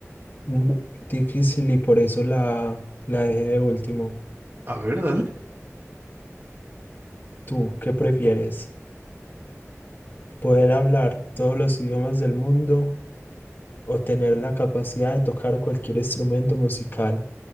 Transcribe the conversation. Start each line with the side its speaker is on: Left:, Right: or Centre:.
Left: Muy difícil y por eso la, la dejé de último.
Right: A ver, dale.
Left: ¿Tú qué prefieres? ¿Poder hablar todos los idiomas del mundo o tener la capacidad de tocar cualquier instrumento musical?